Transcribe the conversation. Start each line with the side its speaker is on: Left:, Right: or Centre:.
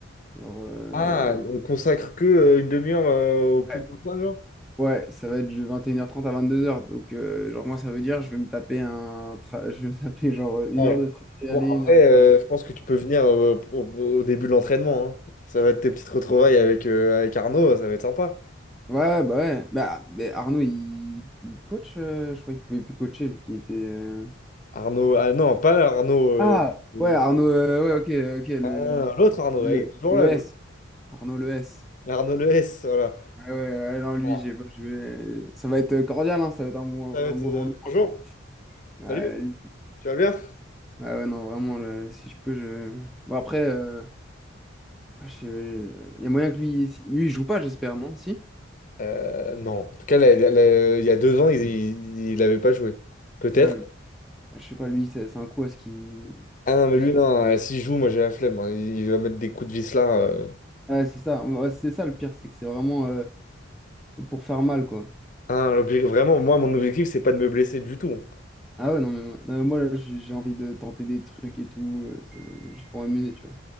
Centre: Genre, euh,
Left: Ah, on consacre que euh, une demi-heure euh, au plus
Centre: ouais,
Left: de 25 heures?
Centre: ouais, ça va être de vingt et une heures trente à vingt deux heures Donc, euh, genre, moi, ça veut dire je vais me taper un tra- je vais me taper genre une
Left: Ouais.
Centre: heure de trajet
Left: Bon,
Centre: aller,
Left: après,
Centre: une heure
Left: euh,
Centre: de trajet.
Left: je pense que tu peux venir euh, au, au début de l'entraînement. hein. Ça va être tes petites retrouvailles avec, euh, avec Arnaud, ça va être sympa.
Centre: Ouais, bah ouais. Bah, mais Arnaud, il, il coach, euh, je croyais qu'il pouvait plus coacher vu qu'il était. euh,
Left: Arnaud, ah non, pas Arnaud. euh,
Centre: Ah,
Left: euh,
Centre: ouais, Arnaud, euh, ouais, ok, ok, le,
Left: ah, l'autre Arnaud,
Centre: le,
Left: il est toujours
Centre: le
Left: là,
Centre: S.
Left: lui.
Centre: Arnaud, le S.
Left: Arnaud Le S, voilà.
Centre: Ah ouais, ouais, non, lui,
Left: Ah,
Centre: j'ai, pas- je vais, ça va être euh, cordial, hein, ça va être un bon,
Left: ça
Centre: un
Left: va être,
Centre: bon
Left: euh,
Centre: jour de cours.
Left: bonjour,
Centre: Ouais,
Left: salut,
Centre: lui-
Left: tu vas bien?
Centre: ah ouais, non, vraiment, le- si je peux, je. Bon, après, euh, ah, je sais- il y a moyen que lui, si, lui, il joue pas, j'espère, non? Si?
Left: Euh, non, en tout cas, la- la- la- il y a deux ans, il n'avait pas joué. Peut-être.
Centre: Ouais, je sais pas, lui, c'est c'est un coup à ce qu'il.
Left: Ah non, mais
Centre: juste-
Left: lui, non, euh, s'il joue, moi j'ai la flemme. hein. Il, va mettre des coups de vis là. euh.
Centre: Ouais, c'est ça, Ouais, c'est ça le pire, c'est que c'est vraiment euh, pour faire mal, quoi.
Left: Ah, l'obje- vraiment, moi, mon objectif, c'est pas de me blesser du tout.
Centre: Ah ouais, non, mais, moi- non, mais moi, là, j'ai j'ai envie de tenter des trucs et tout, euh, c'est- juste pour m'amuser, tu vois.